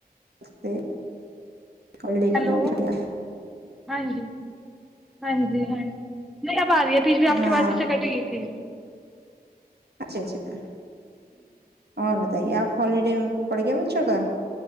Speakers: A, on the right (about 85°); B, in the centre.
A: رگتے ہولی کے
B: ہیلو
A: نام چڑیا
B: ہاں جی ہاں جی ہاں جی نہیں آ رہی ہے بیچ بھی آپ
A: ہاں
B: کے پاس اسے کٹ گئی تھی
A: اچھا اچھا اور بتائیے آپ ہالڈے پڑے گیا بچو کا